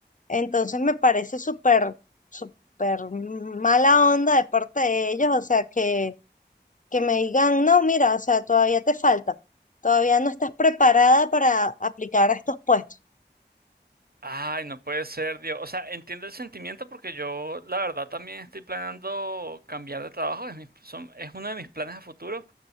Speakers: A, on the left; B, on the right.
A: Entonces me parece súper, súper mala onda de parte de ellos, o sea, que, que me digan, no, mira, o sea, todavía te falta, todavía no estás preparada para aplicar a estos puestos.
B: Ay, no puede ser, Diego. O sea, entiendo el sentimiento porque yo, la verdad, también estoy planeando cambiar de trabajo. Es mi- son- es uno de mis planes a futuro.